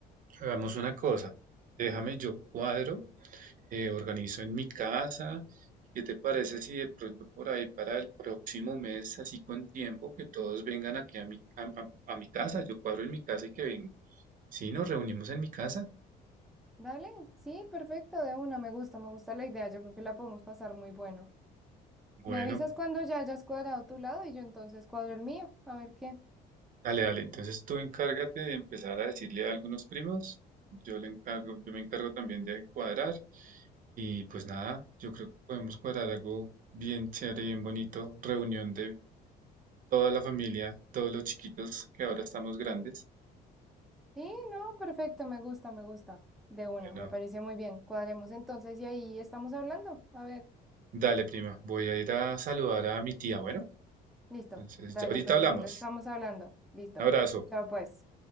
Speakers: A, on the right (about 50°); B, in the centre.
A: hagamos una cosa. Déjame yo cuadro, eh, organizo en mi casa. ¿Qué te parece si de pronto por ahí para el próximo mes, así con tiempo, que todos vengan aquí a mi, a, a- a mi casa? Yo cuadro en mi casa y que vengan. Sí, nos reunimos en mi casa.
B: Dale, sí, perfecto, de una, me gusta, me gusta la idea. Yo creo que la podemos pasar muy bueno.
A: Bueno,
B: Me avisas cuando ya hayas cuadrado tu lado y yo entonces cuadro el mío, a ver qué.
A: Dale, dale. Entonces tú encárgate de empezar a decirle a algunos primos. Yo le encargo, yo me encargo también de cuadrar. Y pues nada, yo creo que podemos cuadrar algo bien chévere, bien bonito. Reunión de toda la familia, todos los chiquitos que ahora estamos grandes.
B: Sí, no, perfecto, me gusta, me gusta. De una,
A: Bueno,
B: me parece muy bien. Cuadremos entonces y ahí estamos hablando. A ver.
A: dale, prima. Voy a ir a saludar a mi tía. Bueno,
B: Listo,
A: entonces
B: dale,
A: ya ahorita
B: perfecto,
A: hablamos.
B: estamos hablando. Listo.
A: Un abrazo.
B: Chao pues.